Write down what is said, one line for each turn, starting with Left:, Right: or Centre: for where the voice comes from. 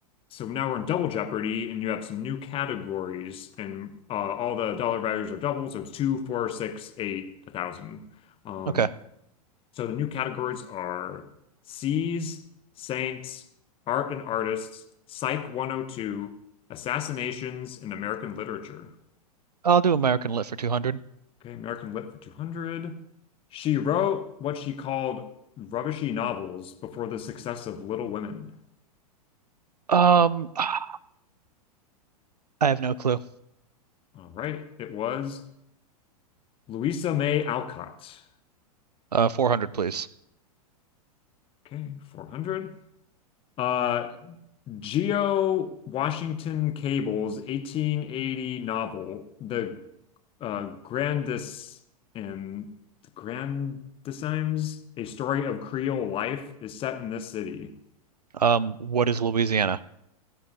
Left: so now we're in Double Jeopardy, and you have some new categories, and uh, all the dollar values are double, so it's two, four, six, eight, a thousand. Um,
Right: okay.
Left: so the new categories are Seas, Saints, Art and Artists, Psych 102, Assassinations, and American Literature.
Right: I'll do American Lit for 200.
Left: Okay, American Lit for 200. She wrote what she called rubbishy novels before the success of Little Women.
Right: Um, I have no clue.
Left: All right, it was Louisa May Alcott.
Right: Uh, 400, please.
Left: Okay, 400. Uh, Geo Washington Cable's 1880 novel, The uh, Grandis and the Grandissimes, A Story of Creole Life, is set in this city.
Right: Um, what is Louisiana?